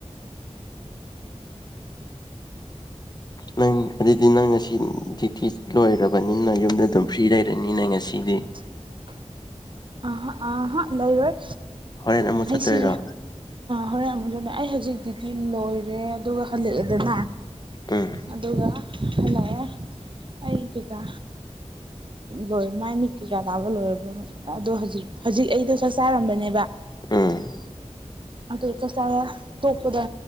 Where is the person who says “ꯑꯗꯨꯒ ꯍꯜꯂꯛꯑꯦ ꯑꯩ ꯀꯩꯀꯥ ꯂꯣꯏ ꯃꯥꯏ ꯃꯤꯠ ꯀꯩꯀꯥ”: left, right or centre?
Right